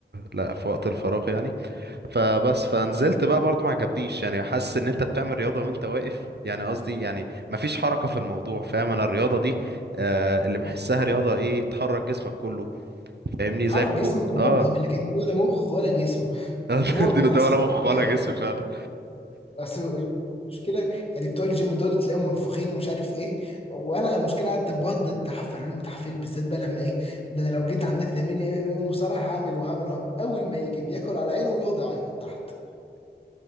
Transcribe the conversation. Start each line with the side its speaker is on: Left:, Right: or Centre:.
Right: لا في وقت الفراغ يعني فبس فنزلت بقى برضو ما عجبنيش يعني حاسس ان انت بتعمل رياضة وانت واقف يعني قصدي يعني مفيش حركة في الموضوع فاهم انا الرياضة دي آه، اللي بحسها رياضة ايه تحرك جسمك كله فاهمني
Left: حرك
Right: زي الكو
Left: جسمك ومخك
Right: اه
Left: لكن ولا مخ ولا جسم
Right: <laughs>
Left: وما
Right: ده ده
Left: اصل
Right: ولا مخ ولا
Left: ايه
Right: جسم فعلا
Left: اصل المشكله يعني بتوع الجيم دول تلاقيهم منفوخين ومش عارف ايه وانا المشكله قعدت بقعد تحفل لهم تحفيل بالذات بقى لما ايه ده انا لو جيت عندك تمرين ام ام اي والمصارعه هعمل وهعمل وهعمل اول ما يجي بياكل على عينه ويقعد يعيط تحت